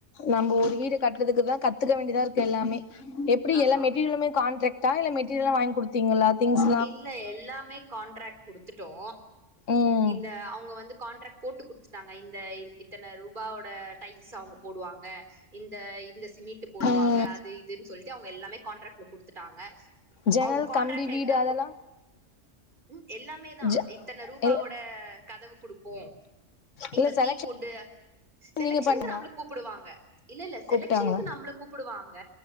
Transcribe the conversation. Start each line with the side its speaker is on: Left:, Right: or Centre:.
Left: நம்ப ஒரு வீடு கட்டுறதுக்கு தா கத்துக்க வேண்டியதா இருக்கு எல்லாமே எப்டி
Right: ஆமா
Left: எல்லா மெட்டீரியலுமே கான்ட்ராக்ட் டா இல்ல மெட்டீரியல்லா வாங் குடுத் தீங்களா திங்கஸ்
Right: இல்ல எல்லாமே கண்ட்ராக்ட் கொடுத்துட்டோ
Left: ம்
Right: இந்த அவுங்க வந்து கான்ட்ராக்ட் போட்டு குடுத்து ட்டாங்க இந்த இத்தன ரூபாவோட டைல்ஸ் அவுங்க போடுவா வாங்க இந்த இந்த சிமிட்டு போடுவாங்க
Left: ம்
Right: அது இதுன்னு சொல்லிட்டு அவுங்க எல்லாமே கான்ட்ராக்ட் <unintelligible> குடுத்துட்டாங்க
Left: ஜன்னல்
Right: அவுங்க கான்ட்ராக்ட்ல
Left: கம்பி வீடு
Right: என்ன
Left: அதெல்லா
Right: ம் எல்லாமேதா
Left: ஜ
Right: இத்தன ரூபாவோட
Left: இல்ல
Right: கதவு குடுப்போ இப்ப
Left: இல்ல செலக்ஷன்
Right: தீ குடு செலெக்ஷன்க்கு
Left: நீங்க பண்ணீங்களா
Right: நம்ள கூப்புடுவாங்க இல்ல இல்ல செலக்ஷன்க்கு
Left: கூப்ட்டாங்களா
Right: நம்ள கூப்புடுவாங்க